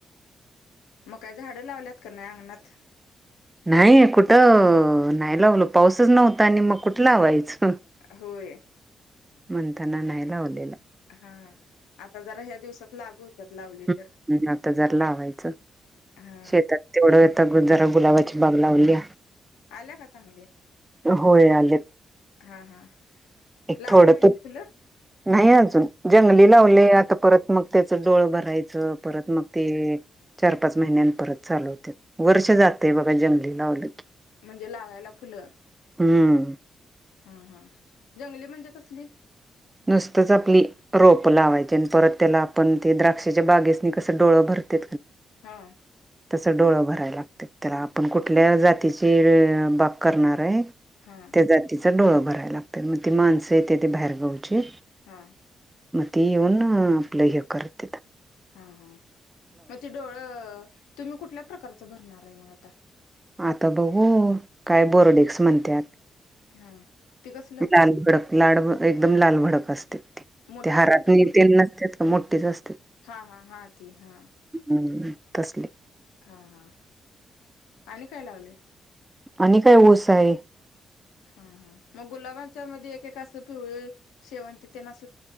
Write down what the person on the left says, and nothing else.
म का झाडं लावल्यात कर नाही आंगणात
होय
हा आता जरा ह्या दिवसात लागू होत्यात लावली
तर
हा
आल्या का चांगली
हा हा
लागा
लागल्यात फुलं
म्हणजे लावायला फुलं
हा हा जंगली म्हणजे कसली?
हा
हा
हा.
हा हा मग ते डोळं तुम्ही कुठल्या प्रकारचं भरणार आहे मग आता?
हा ती कसलं
मोठी
असतात का
छोटी
हा हा हा ती हा
हा हा आणि काय लावले.
हा हा मग गुलाबांच्या मध्ये एकका असं पिवळी शेवंती ते नस